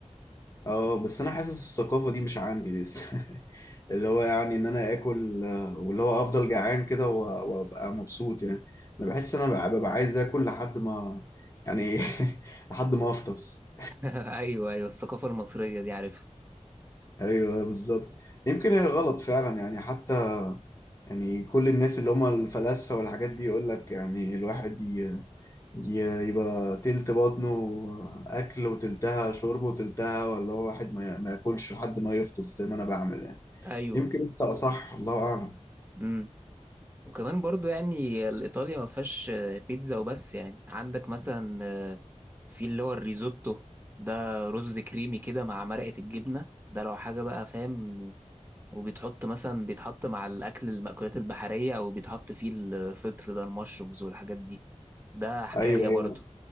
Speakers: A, on the left; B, on the right.
A: اه بس انا حاسس الثقافة دي مش عندي لسه <laughs> اللي هو يعني ان انا اكل آه، واللي هو افضل جعان كده و- وابقى مبسوط يعني انا بحس ان انا ببقى عايز اكل لحد ما يعني <laughs> لحد ما افطس
B: <laughs> ايوه ايوه الثقافة المصرية دي عارفها
A: <laughs> ايوه بالظبط يمكن هي غلط فعلا يعني حتى يعني كل الناس اللي هم الفلاسفة والحاجات دي يقول لك يعني الواحد ي- ي- يبقى تلت بطنه أكل وتلتها شرب وتلتها ولا هو واحد ما ي- ما ياكلش لحد ما يفطس زي ما أنا بعمل يعني
B: ايوه
A: يمكن أنت أصح الله أعلم
B: امم. وكمان برضو يعني الإيطاليا ما فيهاش آه، بيتزا وبس يعني عندك مثلا آه، في اللي هو الريزوتو ده رز كريمي كده مع مرقة الجبنة ده لو حاجة بقى فاهم وبيتحط مثلا بيتحط مع الأكل المأكولات البحرية أو بيتحط فيه الفطر ده المشرومز والحاجات دي ده حكاية
A: أيوه أيوه
B: برضو